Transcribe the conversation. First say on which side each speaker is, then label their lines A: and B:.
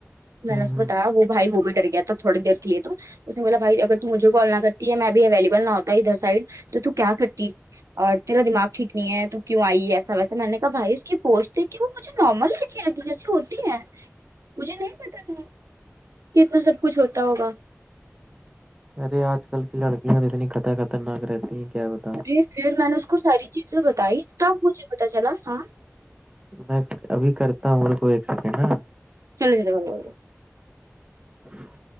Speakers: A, on the right (about 80°); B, on the right (about 20°).
A: میں
B: ہوں
A: نے اس کو
B: ہوں
A: بتایا وہ بھائی وہ بھی ڈر گیا تھا تھوڑی دیر تے تو اس نے بولا بھائی اگر ت تو مجھے کال نہ کرتی ہے میں ا بھیھی اویلیبل نہ ہوتا ادھر سائڈ تو کیا کرتی اور تیرا دماغ ٹھیک نہیں ہے تو کیوں آئی ہے ایسا ویسا میں نے کہا بھائی اس کی پوچٹ د کہ نارمل لڑکی لگ جیسی ہوتی ہے مجھے نہیں پتا تھا کتنا سب کچھ ہوتا ہوگا
B: ارے آج کل کی لڑکیاں تو اتنی خطر خطرناک رہتی ہیں کیا ب
A: جی پھر میں نے اس کو ساری چیزیں بتائی تب مجھے پتا چلا ہاں
B: میں ابھی کرتا ہوں میرے کو ایک سیکنڈ نا
A: چلسر بولا
B: <inaudible>